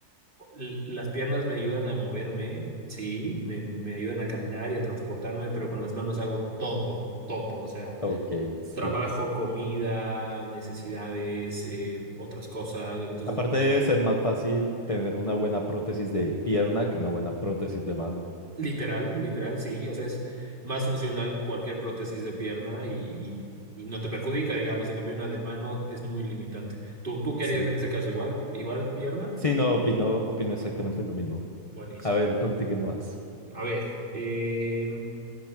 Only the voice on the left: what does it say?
Ok, sí.
Aparte de ser más fácil tener una buena prótesis de pierna que una buena prótesis de mano.
Sí.
Sí, no, opino, opino exactamente lo mismo.
A ver, continúas.